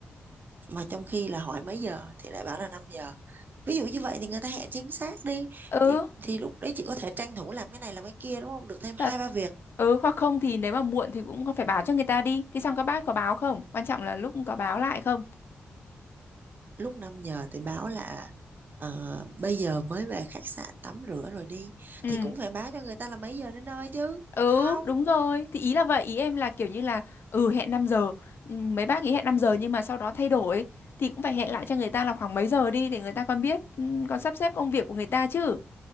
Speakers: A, on the right; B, on the left.
A: mà trong khi là hỏi mấy giờ thì lại bảo là năm giờ ví dụ như vậy thì người ta hẹn chính xác đi
B: ừ
A: thì, thì lúc đấy chị có thể tranh thủ làm cái này làm cái kia đúng không được thêm
B: Thật.
A: hai ba việc
B: Ừ hoặc không thì nếu mà muộn thì cũng phải báo cho người ta đi. Thì xong các bác có báo không? Quan trọng là lúc có báo lại không?
A: lúc 5 giờ thì báo là ờ, bây giờ mới về khách sạn tắm rửa rồi đi
B: Ừ.
A: thì cũng phải báo cho người ta là mấy giờ đến nơi chứ
B: Ừ,
A: không
B: đúng rồi. Thì ý là vậy, ý em là kiểu như là ừ hẹn 5 giờ, Ừ, mấy bác ý hẹn 5 giờ nhưng mà sau đó thay đổi thì cũng phải hẹn lại cho người ta là khoảng mấy giờ đi để người ta còn biết, ừ, còn sắp xếp công việc của người ta chứ.